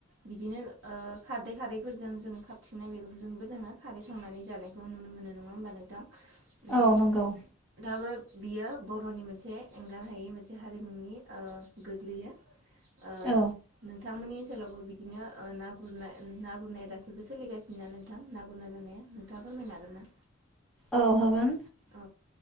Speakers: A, on the right; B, in the centre.
A: बिदिनो ओ खारदै खारैफोरजों जों खाथि संनाय मैगंजोंबो जोङो खारै संनानै जानायखौ नुनो मोनो नङा होमबा नोंथां? ओम
B: औ नंगौ
A: दाब बियो बर'नि मोनसे एंगार हायै मोनसे हारिमुनि ओ गोग्लैयो। ओ
B: औ
A: नोंथांमोननि ओनसोलावबो बिदिनो ओ ना गुरनाय ना गुरनाया दासिबो सोलिगासिनो ना नोंथां ना गुरना जानाया नोंथाङा फोरमायनो हागोन ना?
B: औ हागोन
A: औ